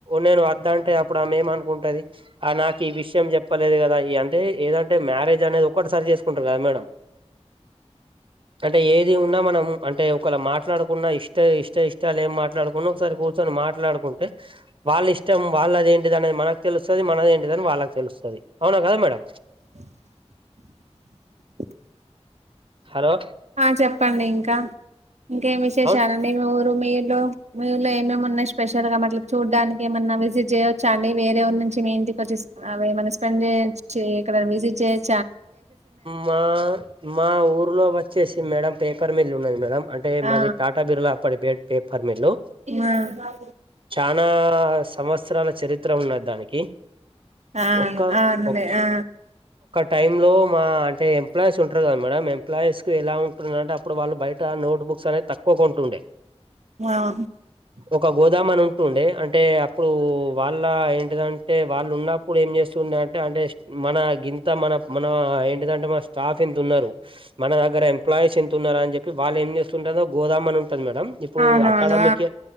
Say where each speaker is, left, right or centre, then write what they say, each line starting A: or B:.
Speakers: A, on the right; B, on the right.
A: నేను వద్ద అంటే అప్పుడు ఆమె ఏమనుకుంటది. ఆహ్ నాకు ఈ విషయం చెప్పలేదు కదా ఈ అంటే ఏదంటే మ్యారేజ్ అనేది ఒకటేసారి చేసుకుంటారు కదా మేడం.
B: <inaudible>
A: అంటే ఏది ఉన్నా మనం అంటే ఒకవేళ మాట్లాడుకున్నా ఇష్ట ఇష్ట ఇష్ట. ఇష్టాలు ఏం మాట్లాడుకున్న ఒకసారి కూర్చొని మాట్లాడుకుంటే వాళ్ళా ఇష్టం వాళ్ళది ఏంటిది అనేది మనకు తెలుస్తది. మనది ఏంటిదని వాళ్ళకి తెలుస్తది అవునా కదా మేడం.
B: <inaudible>
A: హలో
B: ఆహ్ చెప్పండి ఇంకా ఇంకేం విశేషాలండి
A: అవును
B: మీ ఉర్. మీ ఊర్లో మీ ఊర్లో ఏమేమిన్నాయి స్పెషల్ గా మ చూడ్డానికి ఏమన్నా విజిట్ చేయొచ్చా అండి వేరే నుంచి మీ ఇంటికి వచ్చి ఆహ్ అవి ఏమన్నా స్పెడ్ చేయొచ్చ ఇక్కడ విజిట్ చేయొచ్చు
A: మా మా ఊర్. ఊర్లో వచ్చేసి మేడం పేపర్ మిల్ ఉన్నది మేడం అంటే
B: ఆ
A: మాది టాటా బిర్లా అప్పటి పే పర్ మిల్లు.
B: ఆ!
A: చాన సంవత్సరాల చరిత్ర ఉన్నది దానికి.
B: ఆ
A: ఒక్క
B: అవునులే
A: ఒక్.
B: ఆ
A: టైంలో మా అంటే ఎంప్లాయీస్ ఉంటారు కదా మేడం ఎంప్లాయీస్కి ఎలా ఉంటుందంటే అప్పుడు వాళ్ళు బయట నోట్ బుక్. బుక్స్ అనేది తక్కువ కొంటుండే.
B: ఆహ్.
A: ఒక గోదాము అని ఉంటుండే అంటే అప్పుడు వాళ్ళా ఏంటిదంటే వాళ్ళు ఉన్నప్పుడు ఏం చేస్తు తుండంటే అంటే మన గిన్ మన మన ఏంటంటే మన స్టాఫ్ ఇంత ఉన్నారు మన దగ్గర ఎంప్లాయీస్ ఎంత. తున్నర అని చెప్పి వాళ్ళు ఏం చేస్తుంటందో గోదాము అని ఉంటది మేడం ఇప్పుడు
B: ఆ అవునవును
A: అకాడమీకి ఆ.